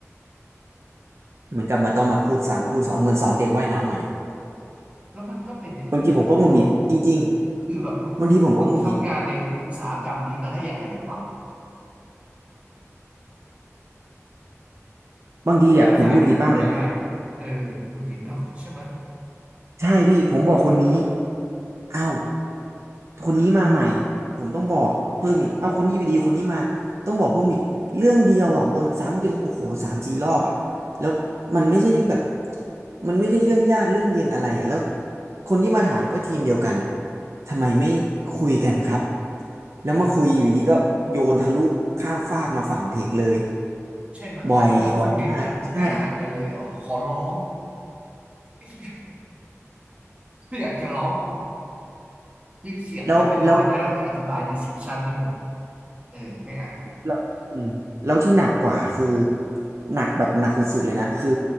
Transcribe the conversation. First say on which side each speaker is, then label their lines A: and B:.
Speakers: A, on the right; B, on the right.
A: เหมือนกลับมาต้องมาพูดซ้ำพูดสอนเหมือนสอนเด็กว่ายน้ำใหม่อะ
B: แล้วมันก็เป็นอย่างนี้หลายๆรอบอะ
A: บางทีผมก็หงุดหงิดจริง
B: คือแบบมึงมึงมึงทำงานในอุตสาหกรรมนี้มาได้ยังไงกันวะ
A: ๆบางทีผมก็หงุดหงิดบางทีอ่ะผมหงุดหงิดมากเลย
B: พูดหยาบคายขนาดนั้นไม่ได้เออหงุดหงิดเนาะใช่ไหมะ
A: ใช่พี่ผมบอกคนนี้เอ้าคนนี้มาใหม่ผมต้องบอกเพิ่มอีกเอ้าคนนี้อยู่ดีคนนี้มาต้องบอกเพิ่มอีกเรื่องเดียวอ่ะวนซ้ำเป็นโอ้โหสามสี่รอบอ่ะแล้วมันไม่ใช่แบบมันไม่ได้เรื่องยากเรื่องเย็นอะไรอ่ะแล้วคนที่มาถามก็ทีมเดียวกันอ่ะทำไมไม่คุยกันครับแล้วมาคุยอยู่ดีก็โยนทะลุข้ามฟากมาฝั่งเทคเลย
B: เออใช่ไหมะแล้วด็อกูเมนต์น่ะมึงไม่อ่านกันเลยเหรอ
A: บ่อยบ่อยมากใช่
B: ขอร้อง <laughs> ไอ้เหี้ยอยากจะร้องคือเขียนมาเป็นร้อยหน้าเพื่ออธิบาย
A: แล้วแล้ว
B: description ให้หมดเออไม่อ่าน
A: แล้วอืมแล้วที่หนักกว่าคือหนักแบบหนักสุดๆเลยนะคือ